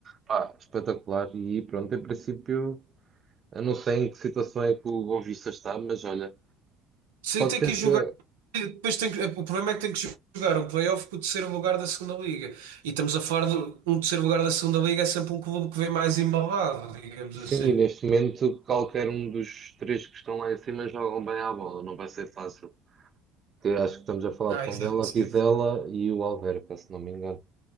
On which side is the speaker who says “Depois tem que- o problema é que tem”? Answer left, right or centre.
Right